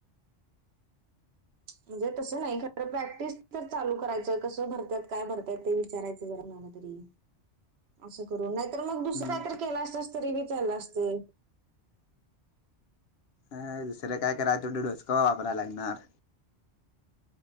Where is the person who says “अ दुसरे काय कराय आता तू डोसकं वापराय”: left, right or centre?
Left